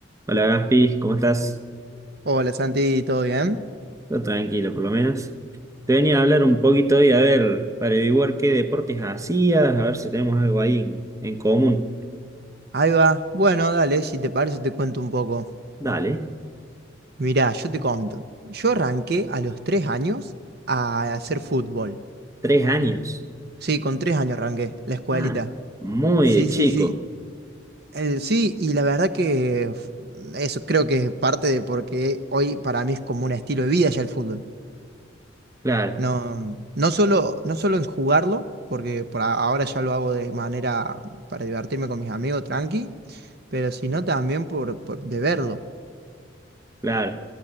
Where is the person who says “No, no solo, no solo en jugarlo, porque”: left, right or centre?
Right